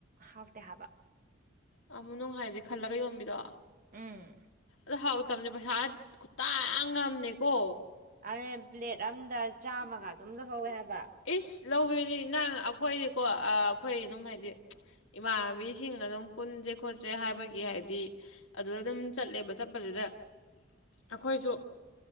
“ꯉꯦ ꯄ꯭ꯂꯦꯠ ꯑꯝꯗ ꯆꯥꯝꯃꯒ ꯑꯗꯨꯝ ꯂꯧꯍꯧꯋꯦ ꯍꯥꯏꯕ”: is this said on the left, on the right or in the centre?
Right